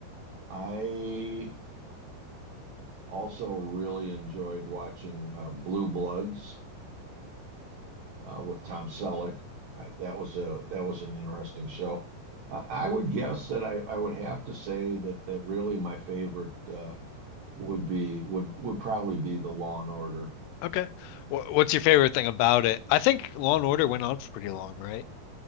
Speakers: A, on the right; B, on the left.
A: I also really enjoyed watching uh, Blue Bloods. uh, with Tom Selleck. I, that was a that was an interesting show. Uh, I would guess that I, I would have to say that that really my favorite uh, would be would would probably be the Law and Order.
B: okay. What what's your favorite thing about it? I think Law and Order went on for pretty long, right?